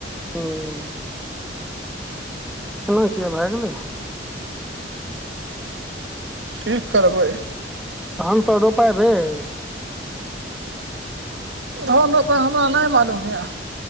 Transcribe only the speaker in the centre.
हम्म एना किय भए गेलै
धान सब रोपय भेल